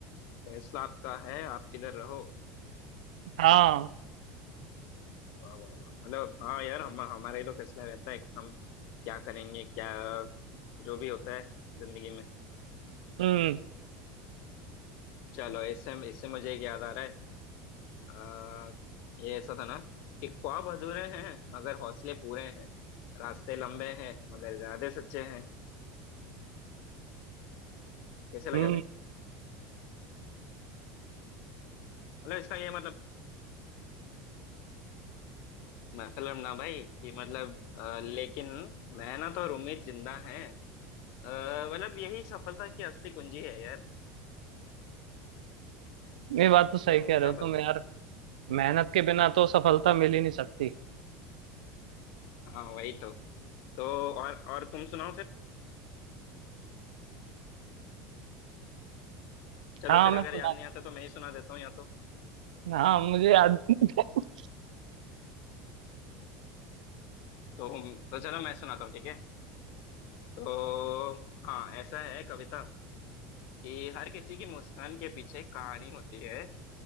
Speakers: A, on the left; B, on the right.
A: फैसला आपका है आप किधर रहो
B: हाँ
A: वाह वाह वाह मतलब हाँ यार हम हमारा ही तो फैसला रहता है कि हम क्या करेंगे क्या जो भी होता है जिंदगी में
B: हम्म
A: चलो इससे इससे मुझे एक याद आ रहा है अ, ये ऐसा था ना कि ख्वाब अधूरे हैं मगर हौसले पूरे हैं रास्ते लंबे हैं मगर इरादे सच्चे हैं कैसे लगा
B: हम्म
A: भाई मतलब इसका ये मतलब मतलब ना भाई कि मतलब अ, लेकिन मेहनत और उम्मीद जिंदा है मतलब यही सफलता की असली कुंजी है यार
B: ये बात तो सही
A: तो
B: कह रहे
A: क्या
B: हो तुम
A: बोलते
B: यार
A: हैं
B: मेहनत के बिना तो सफलता मिल ही नहीं सकती
A: हाँ वही तो तो और और तुम सुनाओ फिर चलो
B: हाँ
A: फिर
B: मैं
A: अगर
B: सुना
A: याद नहीं आता तो मैं ही सुना देता हूँ या तो
B: हाँ मुझे याद <laughs>
A: तो तो चलो मैं सुनाता हूँ ठीक है तो हाँ ऐसा है कविता कि हर किसी की मुस्कान के पीछे एक कहानी होती है